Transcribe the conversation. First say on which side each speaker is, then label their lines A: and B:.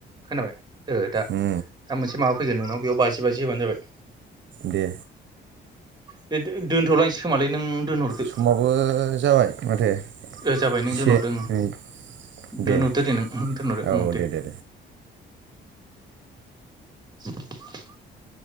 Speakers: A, on the right (about 20°); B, on the right (about 65°).
A: खोनाबाय ओ दा
B: उम
A: दा मोनसे माबा फैगोन नोंनाव बेयाव बाजि बाजि होबानो जाबाय।
B: दे।
A: दे दोनथ'लांनोसैखोमालै नों। दोनहरदो
B: समाबो जाबाय माथो।
A: ओ जाबाय नों
B: जिसे
A: दोनहरदो
B: नै दे औ
A: ओं
B: दे दे
A: <unintelligible>